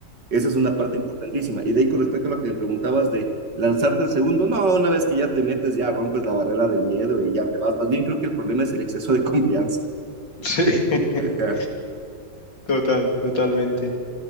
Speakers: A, on the right (about 75°); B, on the left (about 85°).
A: Esa es una parte importantísima. Y de ahí con respecto a lo que me preguntabas de lanzarte el segundo, no, una vez que ya te metes, ya rompes la barrera del miedo y ya te vas. Más bien creo que el problema es el exceso de confianza.
B: Sí, <laughs>
A: Ajá.
B: total, totalmente.